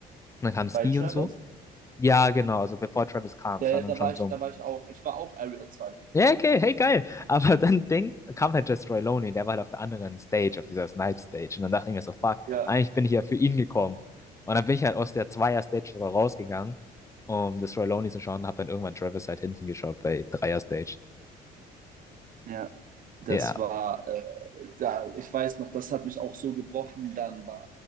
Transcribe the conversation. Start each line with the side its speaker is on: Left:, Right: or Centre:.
Left: Und dann kam Ski
Right: Bei Travis,
Left: und so. Ja, genau, also bevor Travis kam,
Right: ja,
Left: es
Right: ja,
Left: war dann
Right: da
Left: schon
Right: war ich,
Left: so um
Right: da war ich auch, ich war auch Area 2 tatsächlich.
Left: ja, okay, hey, geil. Aber dann denk, kam halt Jess Roy Loney, der war halt auf der anderen Stage, auf dieser Snipe Stage. Und dann dachte ich mir so, fuck,
Right: Ja,
Left: eigentlich bin ich ja für ihn gekommen. Und dann bin ich halt aus der Zweier-Stage sogar rausgegangen, um das Roy Loney zu schauen, und hab dann irgendwann Travis halt hinten geschaut bei Dreier-Stage.
Right: ja. Das
Left: Ja.
Right: war, äh, da, ich weiß noch, das hat mich auch so gebrochen, dann war,